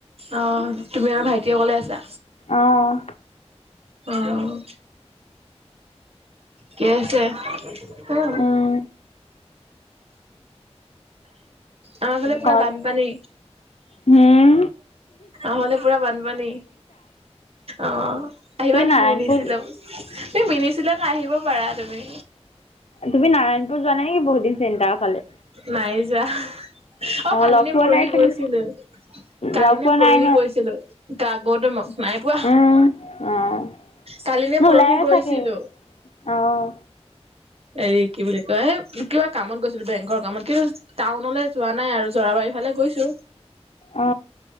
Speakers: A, on the right; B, on the left.
A: আহ তুমি আৰু ভাইটি অকলে আছা।
B: অ',
A: অ থিকেই আছে। অ
B: উম,
A: আমাৰ ফালে পুৰা
B: ঘৰত
A: বানপানী
B: হম,
A: অহলে পুৰা বানপানী অ আহিবা
B: তুমি
A: নেকি
B: নাৰায়ণপুৰ
A: মিনি শ্বিলং তুমি মিনি শ্বিলং আহিব পাৰা তুমি
B: তুমি নাৰায়ণপুৰ যোৱা নে নেকি বহুত দিন চেণ্টাৰ ফালে।
A: নাই যোৱা অ কালি
B: লগ
A: নে
B: পোৱা
A: পৰহি
B: নাই চাগে
A: গৈছিলো কালি
B: লগ
A: ন
B: পোৱা
A: পৰহি
B: নাই
A: গৈছিলো তাৰ আগতে নাই পোৱা
B: উম, অ',
A: কালিনে
B: নোলায়ে
A: পৰহি গৈছিলো
B: চাগে অ',
A: এৰি কি বুলি কয় এ কিবা কামত গৈছিলো বেংক কামত কিন্তু টাউনলৈ যোৱা নাই আৰু জৰাবাৰী ফালে গৈছো
B: অ